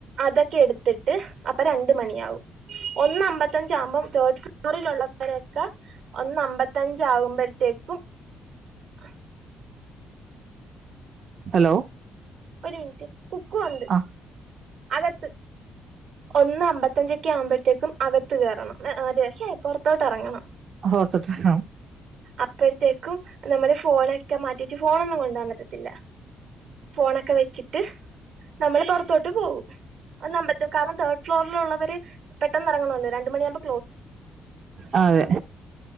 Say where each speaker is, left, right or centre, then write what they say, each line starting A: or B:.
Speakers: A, on the right; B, on the right.
A: അതൊക്കെ എടുത്തിട്ട് അപ്പൊ രണ്ട് മണിയാവും ഒന്ന് അമ്പത്തഞ്ച് ആകുമ്പോ തേർഡ് ഫ്ലോറിലുള്ളവരൊക്കെ ഒന്ന് അമ്പത്തഞ്ച് ആകുമ്പോഴത്തേക്കും ആഹ്
B: ഹലോ
A: ഒരു മിനിറ്റ് കുക്കു ഉണ്ട്
B: ആ
A: അകത്ത് ഒന്ന് അമ്പത്തഞ്ചൊക്കെ ആവുമ്പോഴത്തേക്കും അകത്ത് കയറണം അതെ ശെ ത്തോട്ട് ഇറങ്ങണം
B: ഓർത്തിട്ടാണ്
A: അപ്പഴത്തേക്കും നമ്മള് ഫോണെ ക്കെ മാറ്റിട്ട് ഫോൺ ഒന്നും കൊണ്ടാൻ പറ്റത്തില്ല ഫോണൊക്കെ വെച്ചിട്ട് നമ്മള് പൊറത്തോട്ട് പോവും ഒന്നമ്പ <unintelligible> കാരണം തേർഡ് ഫ്ലോറിലുള്ളവര് പെട്ടെന്ന് എറങ്ങണോല്ലോ രണ്ട് മണിയാവുമ്പ
B: ആ അതെ